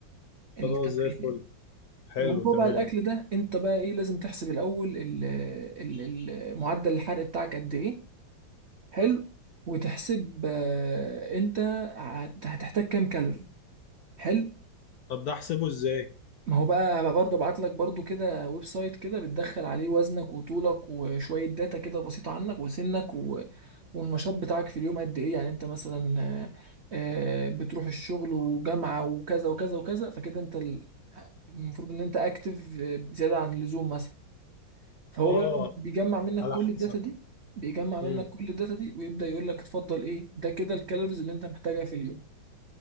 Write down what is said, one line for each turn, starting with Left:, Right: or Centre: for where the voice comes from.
Right: التمرين
Left: خلاص زي الفل
Right: يعني
Left: حلو
Right: الموضوع
Left: تمام
Right: بقى الاكل ده انت بقى ايه لازم تحسب الاول ال... ال... ال- معدل الحرق بتاعك قد ايه حلو وتحسب آه، انت هت- هتحتاج كام كالوري حلو
Left: طب ده احسبه ازاي
Right: ما هو بقى بقى برضه ابعت لك برضه كده ويب سايت كده بتدخل عليه وزنك وطولك وشويه داتا كده بسيطه عنك وسنك و... والنشاط بتاعك في اليوم قد ايه يعني انت مثلا آه، آه، بتروح الشغل وجامعه وكذا وكذا وكذا فكده انت ال- المفروض ان انت اكتف آه، زياده عن اللزوم مثلا فهو
Left: اه
Right: بقى بيجمع منك
Left: على
Right: كل
Left: حسب
Right: الداتا دي بيجمع منك
Left: مم.
Right: كل الداتا دي ويبدأ يقول لك اتفضل ايه ده كده الكالوريز اللي انت محتاجها في اليوم